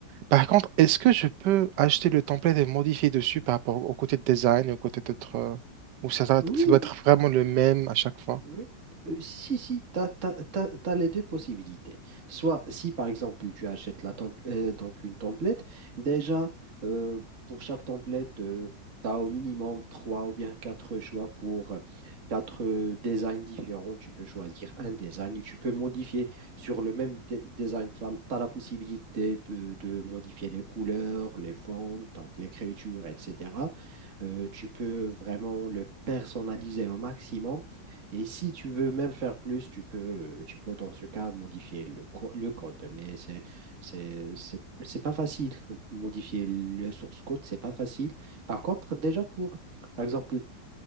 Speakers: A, on the right; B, on the right.
A: Par contre, est-ce que je peux acheter le template et le modifier dessus par rapport au côté de design, et au côté d'être... euh, ou ça, ça
B: oui,
A: ça doit être
B: oui,
A: vraiment le même à chaque fois?
B: Oui, euh, si, si, tu as, les deux possibilités. Soit, si par exemple, tu achètes la temp- euh, donc une template, déjà, euh, pour chaque template, tu as au minimum trois ou bien quatre choix pour euh, quatre euh, designs différents. Tu peux choisir un design et tu peux modifier sur le même de- design. Tu as, la possibilité euh, de modifier les couleurs, les fonds, donc l'écriture, etc. Euh, tu peux vraiment le personnaliser au maximum. Et si tu veux même faire plus, tu peux, euh, tu peux dans ce cas modifier le, co- le code. Mais c'est, c'est, c'est, c'est pas facile. Modifier le source code, c'est pas facile. Par contre, déjà pour, par exemple,